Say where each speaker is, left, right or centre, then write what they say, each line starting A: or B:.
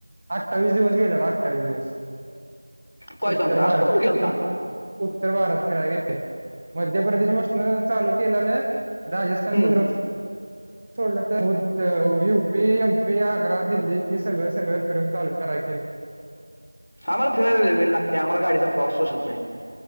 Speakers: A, on the right (about 15°); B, on the left (about 40°).
A: अठ्ठावीस दिवस गेलेल्यात अठ्ठावीस दिवस
B: काय
A: उत्तर
B: सांगता
A: भारत-
B: असलं कुठं गेलता
A: उत्तर भारत फिरायला गेलेलो मध्य प्रदेश पासन चालू केलेलं राजस्थान,
B: हम्म
A: गुजरात- सोडलं तर U P, M P, Agra, दिल्लीची, सगळं सगळं फिरून चालू करा केलं.
B: आम्हाला फिरायला लय वेळ लागते आम्हाला गाडीचा प्रवास सोसत नाही.